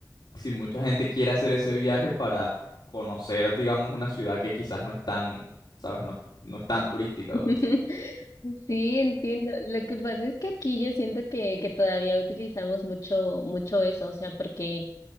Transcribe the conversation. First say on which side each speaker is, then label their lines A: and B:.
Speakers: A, on the left; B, on the left.
A: si mucha gente quiere hacer ese viaje para conocer, digamos, una ciudad que quizás no es tan, ¿sabes? No, es- no es tan turística,
B: <laughs>
A: pues.
B: Sí, entiendo. Lo que pasa es que aquí yo siento que, que todavía utilizamos mucho, mucho eso, o sea, porque